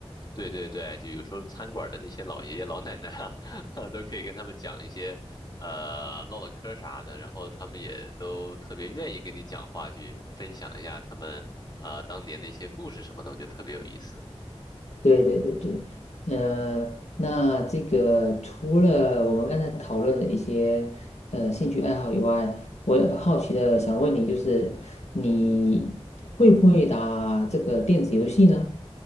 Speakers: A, on the left; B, on the left.
A: 对对对，就有时候餐馆的那些老爷爷老奶奶啊，<laughs> 都可以跟他们讲一些，呃，唠唠嗑儿啥的，然后他们也都特别愿意跟你讲话，去分享一下他们呃当年的一些故事什么的，我觉得特别有意思。
B: 对对对对，呃，那这个除了我们刚才讨论的一些呃兴趣爱好以外，我也好奇的想问你，就是你会不会打这个电子游戏呢？